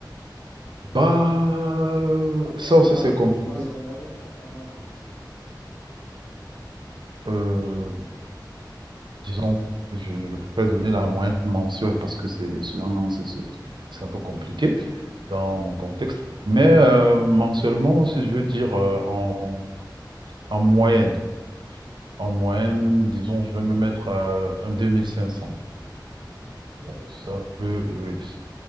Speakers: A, on the right; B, on the left.
A: bah,
B: Après,
A: ça
B: ça
A: aussi
B: varie,
A: c'est compliqué.
B: mais tu vois, sur une moyenne, sur un an du coup.
A: Euh, disons, je je préfère donner la moyenne mensuelle parce que c'est sur un an, c'est c'est- c'est un peu compliqué dans mon contexte. Mais euh, mensuellement, si je veux dire euh, en en moyenne. En moyenne, disons, je vais me mettre à un 2500.
B: Ok,
A: Bon, ça
B: ok, ok.
A: peut, oui, ça